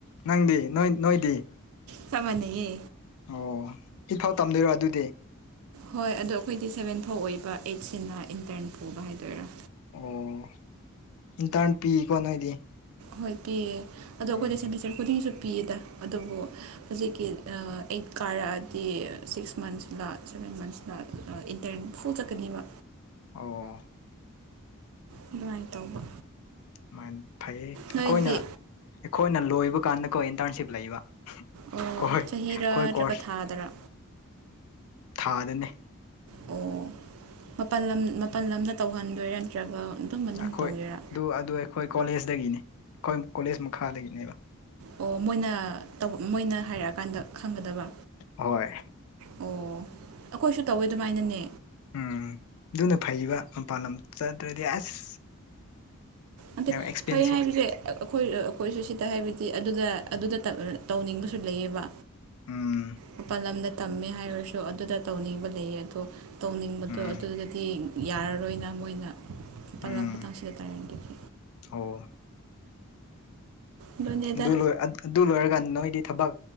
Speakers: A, on the left (about 65°); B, on the right (about 65°).
A: ꯅꯪꯗꯤ ꯅꯣꯏ ꯅꯣꯏꯗꯤ
B: ꯆꯞ ꯃꯥꯟꯅꯩꯌꯦ
A: ꯑꯣ ꯏꯝꯐꯥꯜ ꯇꯝꯗꯣꯏꯔꯣ ꯑꯗꯨꯗꯤ
B: ꯍꯣꯏ ꯑꯗꯣ ꯑꯩꯈꯣꯏꯗꯤ ꯁꯕꯦꯟ ꯐꯥꯎ ꯑꯣꯏꯕ ꯑꯩꯠꯁꯤꯅ ꯏꯟꯇꯔꯟ ꯄꯨꯕ ꯍꯥꯏꯗꯣꯏꯔꯥ
A: ꯑꯣ ꯏꯟꯇꯔ ꯄꯤꯀꯣ ꯅꯣꯏꯗꯤ
B: ꯍꯣꯏ ꯄꯤꯌꯦ ꯑꯗꯣ
A: ꯎꯝ
B: ꯑꯩꯈꯣꯏꯗ ꯁꯦꯃꯤꯁꯇꯔ ꯈꯨꯗꯤꯡꯁꯨ ꯄꯤꯌꯦꯗ ꯑꯗꯨꯕꯨ ꯍꯧꯖꯤꯛꯀꯤ ꯑꯩꯠ ꯀꯥꯔꯛꯑꯗꯤ ꯁꯤꯛꯁ ꯃꯟꯁ ꯂꯥꯛ ꯁꯚꯦꯟ ꯃꯟꯁ ꯂꯥꯛꯦ ꯏꯟꯇꯔꯅꯦꯠ ꯐꯨꯜ ꯆꯠꯀꯅꯦꯕ
A: ꯑꯣ
B: ꯑꯗꯨꯃꯥꯏ ꯇꯧꯕ
A: ꯁꯃꯥꯏꯅ ꯐꯩꯌꯦ
B: ꯅꯣꯏꯗꯤ
A: ꯑꯩꯈꯣꯏꯅ ꯑꯩꯈꯣꯏꯅ ꯂꯣꯏꯕ ꯀꯥꯟꯗ ꯀꯣꯏ ꯏꯟꯇꯨꯔꯟꯁꯤꯞ ꯂꯩꯕ
B: ꯑꯣ
A: ꯀꯣꯏ
B: ꯆꯍꯤꯔꯥ
A: ꯈꯣꯏ
B: ꯅꯠꯇ꯭ꯔꯒ
A: ꯀꯣꯔꯁ
B: ꯊꯥꯗꯔꯥ
A: ꯊꯥꯗꯅꯤ
B: ꯑꯣ ꯃꯄꯜ ꯂꯝ ꯃꯄꯜ ꯂꯝꯗ ꯇꯧꯍꯟꯗꯣꯏꯔꯥ ꯅꯠꯇ꯭ꯔꯒ ꯑꯗꯨꯝ ꯃꯅꯨꯡ
A: ꯑꯩꯈꯣꯏ
B: ꯇꯧꯒꯦꯔꯥ
A: ꯑꯗꯨ ꯑꯗꯨ ꯑꯩꯈꯣꯏ ꯀꯣꯂꯦꯖꯇꯗꯒꯤꯅꯤ ꯑꯩꯈꯣꯏ ꯀꯣꯂꯦꯖ ꯃꯈꯥꯗꯒꯤꯅꯦꯕ
B: ꯑꯣ ꯃꯣꯏꯅ ꯇꯧꯕ ꯃꯣꯏꯅ ꯍꯥꯏꯔꯛꯑꯀꯥꯟꯗ ꯈꯪꯒꯗꯕ
A: ꯍꯣꯏ
B: ꯑꯣ ꯑꯩꯈꯣꯏꯁꯨ ꯇꯧꯋꯦ ꯑꯗꯨꯃꯥꯏꯅꯅꯦ
A: ꯎꯝ ꯑꯗꯨꯅ ꯐꯩꯕ ꯃꯄꯥꯟ ꯂꯝ ꯆꯠꯇ꯭ꯔꯗꯤ ꯑꯁ
B: ꯑꯗ
A: ꯌꯥꯝ ꯑꯦꯛꯁꯄꯦꯟꯁꯤꯞ
B: ꯊ ꯍꯥꯏꯔꯤꯕ ꯑꯩꯈꯣꯏ ꯑꯩꯈꯣꯏꯁꯨ ꯁꯤꯗ ꯍꯥꯏꯕꯗꯤ ꯑꯗꯨꯗ ꯑꯗꯨꯗ ꯇꯧꯅꯤꯡꯕꯁꯨ ꯂꯩꯌꯦꯕ
A: ꯎꯝ
B: ꯃꯄꯥꯜ ꯂꯝꯗ ꯇꯝꯃꯦ ꯍꯥꯏꯔꯁꯨ ꯑꯗꯨꯗ ꯇꯧꯅꯤꯡꯕ ꯂꯩꯌꯦ ꯑꯗꯣ ꯇꯧꯅꯤꯡꯕꯗꯣ
A: ꯎꯝ
B: ꯑꯗꯨꯗꯗꯤ ꯌꯥꯔꯔꯣꯏꯅ ꯃꯣꯏꯅ ꯄꯜ
A: ꯎꯝ
B: ꯂꯝ <unintelligible> <unintelligible>
A: ꯑꯣ
B: ꯑꯗꯨꯅꯦꯗ
A: ꯑꯗꯨ ꯂꯣꯏ ꯑꯗꯨ ꯂꯣꯏꯔꯒꯥꯟ ꯅꯣꯏꯗꯤ ꯊꯕꯛ